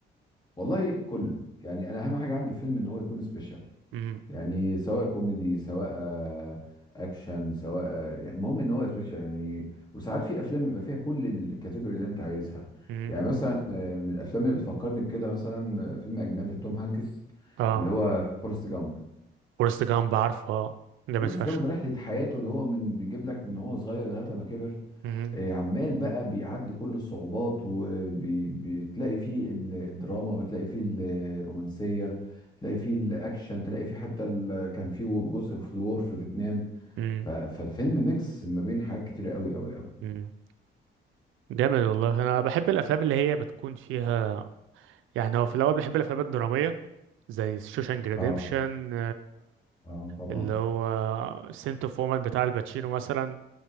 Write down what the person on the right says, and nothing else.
مم.
مم.
اه
فورست جامب عارفه اه جامد
فشخ
مم.
مم.
مم. جامد والله انا بحب الافلام اللي هي بتكون فيها يعني هو في الاول بحب الافلام الدراميه زي شوشانك ريديمشن
اللي هو سنت اوف وومن بتاع الباتشينو مثلا